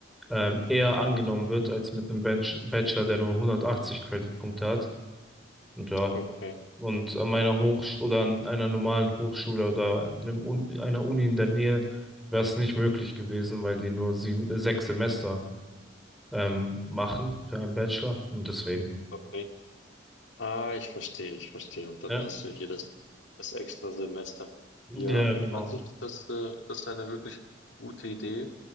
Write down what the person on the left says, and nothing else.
Okay,
okay. Ah, ich verstehe, ich verstehe. Und dann
hast du hier das, das extra Semester. Ja,
an sich ist das, äh, ist das eine wirklich gute Idee.